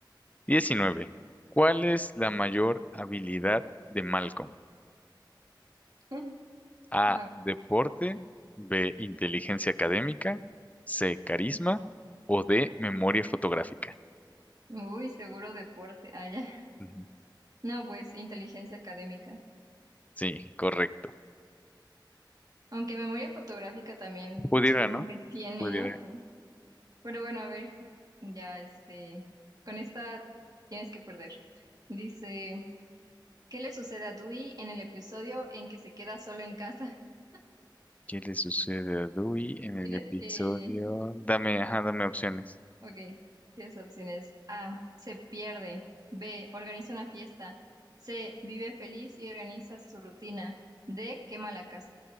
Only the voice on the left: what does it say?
19. ¿Cuál es la mayor habilidad de Malcolm?
A,
deporte, B, inteligencia académica, C, carisma o D, memoria fotográfica.
Ujú.
Sí, correcto.
Pudiera,
¿no?
Pudiera.
¿Qué le sucede a Dewey en
el episodio?
Dame, ajá, dame opciones.